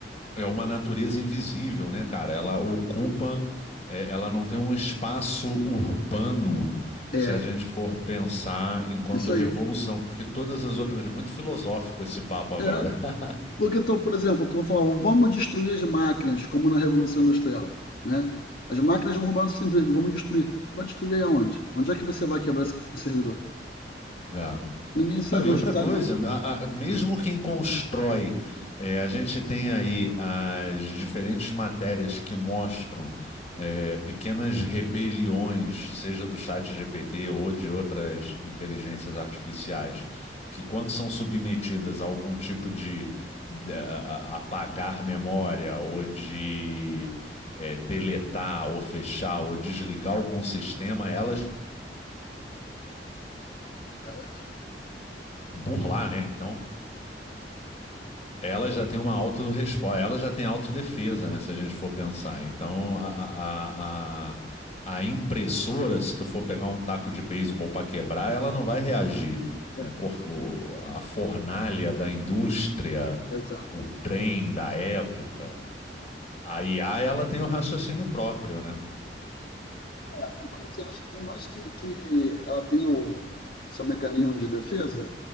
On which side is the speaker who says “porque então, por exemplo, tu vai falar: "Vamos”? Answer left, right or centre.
Left